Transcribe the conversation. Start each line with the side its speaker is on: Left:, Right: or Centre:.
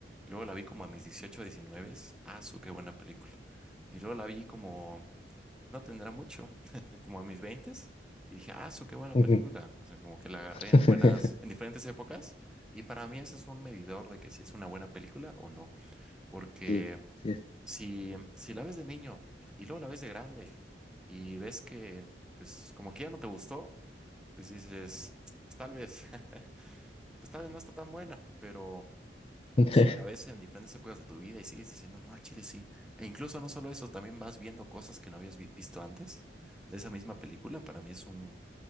Centre: Luego la vi como a mis 18 19, ah, su qué buena película. Y luego la vi como, no tendrá mucho, <laughs> como a mis 20. Y dije, ah, su qué buena película.
Left: Ujú.
Centre: O sea, como que la agarré
Left: <laughs>
Centre: en buenas, en diferentes épocas. Y para mí ese es un medidor de que si es una buena película o no. Porque
Left: Sí, sí,
Centre: si, si la ves de niño y luego la ves de grande y ves que, pues, como que ya no te gustó, pues dices, "Pues, tal vez, <laughs> pues tal vez no está tan buena, pero
Left: <laughs>
Centre: si la ves en diferentes épocas de tu vida y sigues diciendo, no, al chile sí. E incluso no solo eso, también vas viendo cosas que no habías vi- visto antes de esa misma película. Para mí es un,